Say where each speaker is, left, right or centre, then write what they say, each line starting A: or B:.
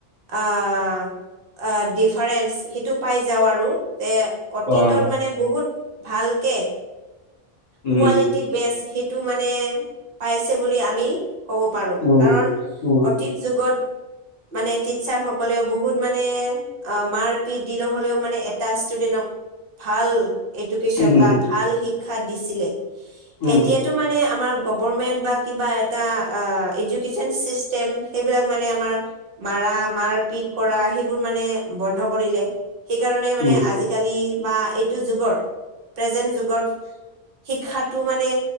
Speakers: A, on the right; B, on the left.
A: আহ, ডিফাৰেন্স সেইটো পাই যাওঁ আৰু যে, অতীতত
B: অ',
A: মানে বহুত ভালকে
B: উম,
A: কোৱালিটি বেষ্ট সেইটো মানে পাইছে বুলি আমি ক'ব পাৰো
B: উম,
A: কাৰণ
B: উম,
A: অতীত যোগত মানে টিচাৰ সকলেও বহুত মানে অঁ মাৰপিত যি নহ'লেও মানে এটা ষ্টুডেন্টক ভাল, এডুকেশ্যন
B: উম,
A: বা ভাল শিক্ষা দিছিলে,
B: উম,
A: এতিয়া টো মানে আমাৰ গভৰ্ণমেণ্ট বা কিবা এটা আঁহ এডুকেশ্বন চিষ্টেম সেইবিলাক মানে আমাৰ মাৰা মাৰ পিট কৰা, সেইবোৰ মানে বন্ধ কৰিলে। সেইকাৰণে মানে
B: উম,
A: আজিকালি বা এইটো যুগৰ, প্ৰেজেন্ট যুগত শিক্ষাটো মানে